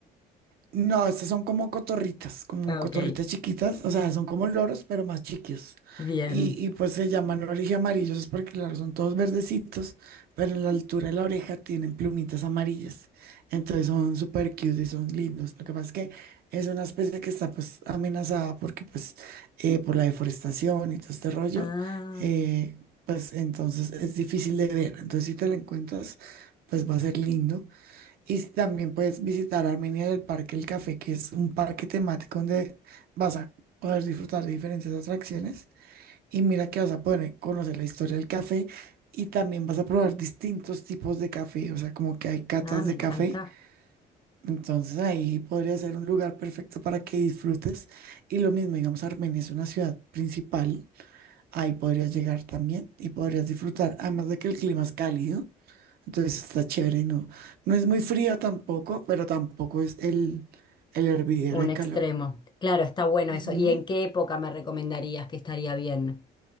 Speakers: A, on the right (about 65°); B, on the left (about 25°).
A: No, estas son como cotorritas, como
B: Ah,
A: cotorritas
B: ok,
A: chiquitas, o sea, son como loros, pero más chiquitos.
B: bien.
A: Y, y pues se llaman oreja amarillos es porque, claro, son todos verdecitos, pero en la altura de la oreja tienen plumitas amarillas. Entonces son súper cute y son lindos. Lo que pasa es que es una especie que está pues amenazada porque pues eh, por la deforestación y todo este rollo,
B: Ah,
A: eh, pues entonces es difícil de ver. Entonces si te la encuentras, pues va a ser lindo. Y s- también puedes visitar Armenia del Parque El Café, que es un parque temático donde vas a poder disfrutar de diferentes atracciones. Y mira que vas a poder conocer la historia del café y también vas a probar distintos tipos de café, o sea, como que hay catas
B: ah, me
A: de
B: encanta.
A: café. Entonces ahí podría ser un lugar perfecto para que disfrutes. Y lo mismo, digamos, Armenia es una ciudad principal ahí podrías llegar también y podrías disfrutar, además de que el clima es cálido, entonces está chévere, no, no es muy frío tampoco, pero tampoco es el, el hervidero
B: Un
A: de
B: extremo.
A: calor.
B: Claro, está bueno
A: Ujú,
B: eso. ¿Y en qué época me recomendarías que estaría bien?